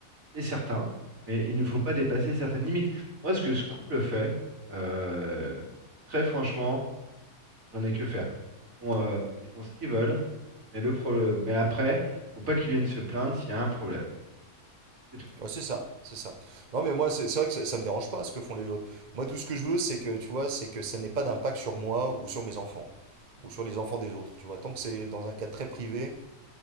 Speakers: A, on the right (about 65°); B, on the right (about 35°).
A: c'est certain, mais il ne
B: Mhm.
A: faut pas dépasser certaines limites. Moi, ce que ce couple fait, euh, très franchement, j'en ai que faire. Ils font, euh, ils font ce qu'ils veulent, mais le problème, mais après, faut pas qu'ils viennent se plaindre s'il y a un problème. C'est tout.
B: Ouais, c'est ça, c'est ça. Non, mais moi, c'est c'est vrai que ça, ça me dérange pas ce que font les autres. Moi, tout ce que je veux, c'est que, tu vois, c'est que ça n'ait pas d'impact sur moi ou sur mes enfants, ou sur les enfants des autres, tu vois. Tant que c'est dans un cadre très privé,